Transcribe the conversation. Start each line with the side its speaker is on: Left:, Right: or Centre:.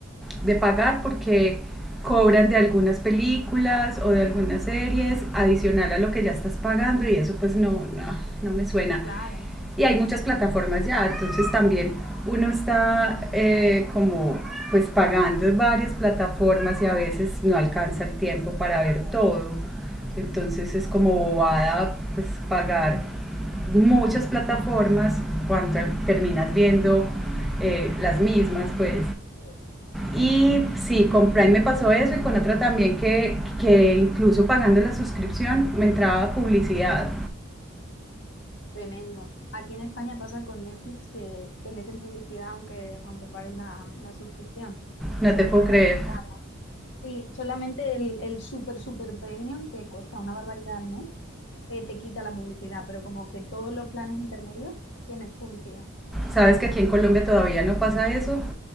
Centre: de pagar porque cobran de algunas películas o de algunas series adicional a lo que ya estás pagando y eso pues no, no, no me suena.
Left: Claro,
Centre: Y hay muchas plataformas ya, entonces también uno está eh, como pues pagando varias plataformas y a veces no alcanza el tiempo para ver todo. Entonces es como bobada pues pagar muchas plataformas cuando terminas viendo eh, las mismas pues.
Left: sí,
Centre: Y sí, con Prime me pasó eso y con otra también que, que incluso pagando la suscripción me entraba publicidad.
Left: tremendo. Aquí en España pasa con Netflix que te meten publicidad aunque, aunque pagues la, la suscripción.
Centre: No
Left: No
Centre: te
Left: hay
Centre: puedo
Left: manera
Centre: creer.
Left: de quitarla. Sí, solamente el, el super, super premium, que cuesta una barbaridad al mes, eh, te quita la publicidad, pero como que todos los planes intermedios tienen publicidad.
Centre: Sabes que aquí en Colombia todavía no pasa eso.